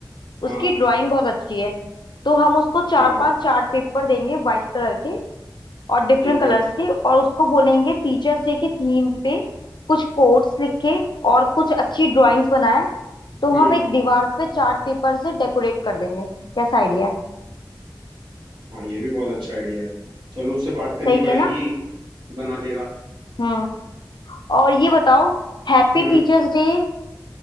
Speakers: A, on the right; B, on the left.
A: हाँ
B: उसकी ड्राइंग बहुत अच्छी है तो हम उसको चार
A: हाँ
B: पांच चार्ट पेपर देंगे व्हाइट कलर के और डिफरेंट
A: ठीक
B: कलर्स
A: है
B: के और उसको बोलेंगे टीचर्स डे की थीम पे कुछ कोट्स लिखे और कुछ अच्छी ड्राइंग्स बनाए तो
A: हम्म
B: हम एक दीवार पे चार्ट पेपर से डेकोरेट कर देंगे कैसा आइडिया
A: हाँ ये भी बहुत अच्छा आइडिया है चलो उससे बात करनी
B: सही
A: पड़ेगी
B: है ना
A: बना देगा
B: हम्म। और ये बताओ हैप्पी
A: हम्म
B: टीचर्स डे